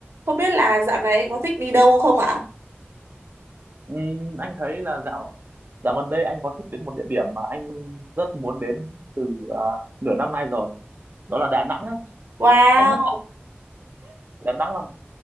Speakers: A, on the right (about 75°); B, on the right (about 45°).
A: Không biết là dạo này anh có thích đi đâu không ạ?
B: Ừm, anh thấy là dạo dạo gần đây anh có thích đến một địa điểm mà anh rất muốn đến từ à, nửa năm nay rồi đó là Đà Nẵng ấy.
A: Wow,
B: Không biết là Đà Nẵng